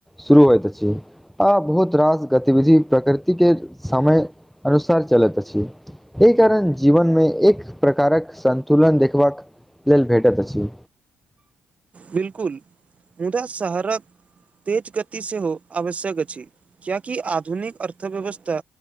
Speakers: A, in the centre; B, on the right (about 40°).
A: शुरू होइत अछि। आ बहुत रास गतिविधि प्रकृतिक समय अनुसार चलैत अछि। एहि कारण जीवनमे एक प्रकारक सन्तुलन देखबाक। लेल भेटैत अछि।
B: बिल्कूल मुदा शहरक तेज गति सेहो आवश्यक अछि। किएक तऽ आधुनिक अर्थव्यवस्था,